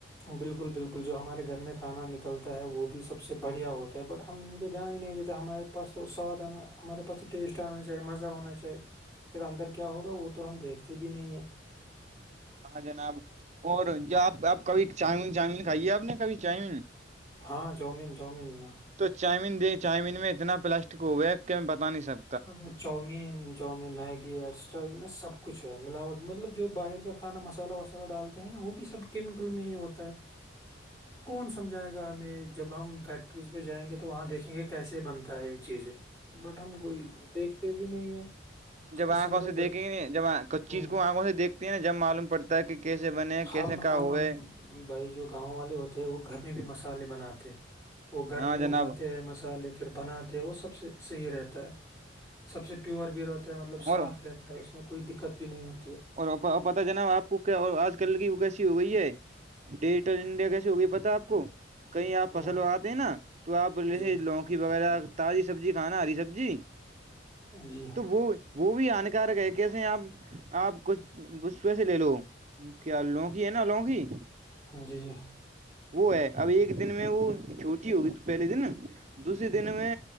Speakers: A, on the left; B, on the right.
A: بالکل بالکل جو ہمارے گھر میں کھانا نکلتا ہے وہ بھی سب سے بڑھیا ہوتا ہے بٹ ہم ان پہ دھیان ہی نہیں دیتے ہمارے پاس تو سواد آنا ہمارے پاس تو ٹیسٹ آنا چاہی مزہ ہونا چاہیے پھر اندر کیا ہوگا وہ تو ہم دیکھتے بھی نہیں ہے
B: ہاں جناب اور ج آپ اپ کبھی چاؤمین چاؤمین کھائیے آپ نے کبھی چاؤمین
A: ہاں جومین جومیناں
B: تو چائمین دے چؤمین میں اتنا پلاسٹک ہو گیا ہے کہ میں بتا نہیں سب
A: اور چاؤمین چؤن میگی ایٹسٹرا ان میں سب کچھ ہے ملاوٹ ملب جو باہر کا کھانا مسالہ و مسالہ ڈالتے ہیں نا وہ بھی سب کیمیکل میں ہی ہوتا ہے
B: <unintelligible>
A: کون سمجھائے گا ہمیں جب ہم فیکٹریز پہ جائیں گے تو وہاں دیکھیں گے کیسے بنتا ہے یہ چیزیں بٹ ہم کوئی دیکھتے بھی نہیں ہے
B: جب آنکھ
A: لیے
B: اس سے
A: ب-
B: دیکھیں گے جب کچ
A: ہم
B: چیز کو آنکھوں سے دیکتے ہیں نا جب معلوم پڑتا ہے کہ کیسے بنے کیسے
A: ہم
B: کیا
A: ہم
B: ہوئے
A: ہم بھائی جو گاؤں والے ہوتے ہیں وہ گھر میں بھی مسالے بناتے وہ گھر
B: ہاں
A: میں
B: جناب
A: ابھاتے ہیں مسالحے پھر بناتے ہیں وہ سب سے صحیح رہتا ہے سب سے پیور بھی رہتا ہے مطلب
B: اور
A: صاف رہتا ہے اس میں کوئی دقت بھی نہیں ہوتی ہے
B: اور پتتا ج ن آپ کو کیا آج کلگی وہ کیسی ہو گئی ہے ڈیجیٹل انڈیا کیسے ہوگئی پتا آپ کو کہیں آپ فصل
A: ہوں
B: اگاتے ہیں نا تو آپول
A: جی
B: جسے لوگ سکی وغیرہ تازی سبزی کھانا ہ رہ سبزی
A: جی
B: تو وہ وہ بھی ہانکارک ہے کیسے آپ آپ کچھ بس پی سے لے لو کیا لونکی ہے نا لونکی
A: جی جی
B: وہ ہے اب ایک دن میں وہ چھوٹی ہوگی تو پہلے دن دوسری دن میں